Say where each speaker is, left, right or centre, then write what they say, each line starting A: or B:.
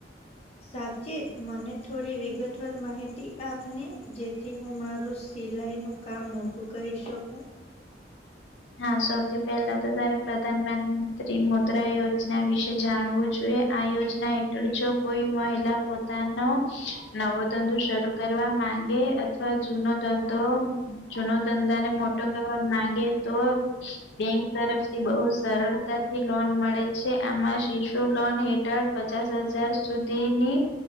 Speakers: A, on the left; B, on the left.
A: સાચે જ મને થોડી વિગતવાર માહિતી આપને જેથી હું મારુ સિલાઈનું કામ મોટું કરી શકું.
B: હા સૌથી પહેલા તો તારે પ્રધાનમંત્રી મુદ્રા યોજના વિશે જોઈએ. આ યોજના હેઠળ જો કોઈ મહિલા પોતાનો નવો ધંધો શરૂ કરવા માંગે અથવા જૂનો ધંધો જૂનો ધંધા ને મોટો કરવા માંગે તો બેંક તરફથી બહુ સરળતાથી લોન મળે છે આમાં શિશુ લોન હેઠળ પચાસ હજાર સુધીની